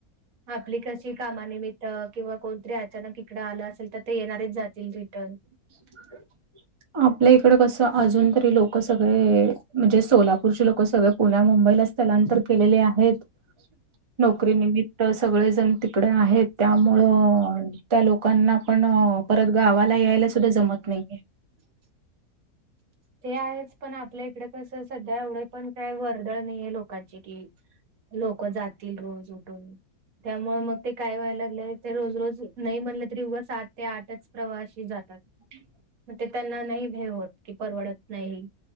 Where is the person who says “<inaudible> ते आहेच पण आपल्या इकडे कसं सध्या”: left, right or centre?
Right